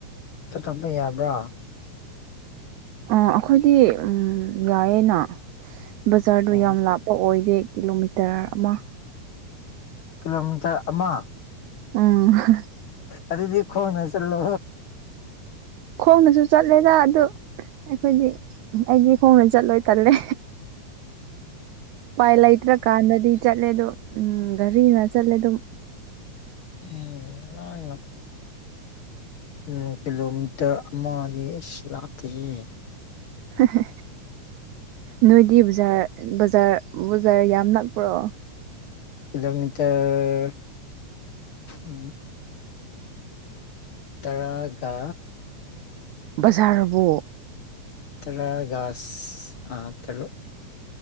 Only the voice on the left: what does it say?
ꯆꯠꯆ‌ꯣꯝꯗꯥ ꯌꯥꯕ꯭ꯔꯥ
ꯑꯣ
ꯀꯤꯂꯣꯃꯤꯇꯔ ꯑꯃꯥ
ꯑꯗꯨꯗꯤ ꯈꯣꯡꯅ ꯆꯜꯂꯣ
ꯎꯝ ꯅ‌ꯣꯏꯅꯞ ꯎꯝ ꯀꯤꯂꯣꯃꯤꯇꯔ ꯑꯃꯗꯤ ꯏꯁ ꯂꯥꯞꯇꯦꯍꯦ
ꯀꯤꯂꯣꯃꯤꯇꯔ ꯎꯝ ꯇꯔꯥꯒ
ꯇꯔꯥꯒ ꯁꯤꯁ ꯑꯥ ꯇꯔꯨꯛ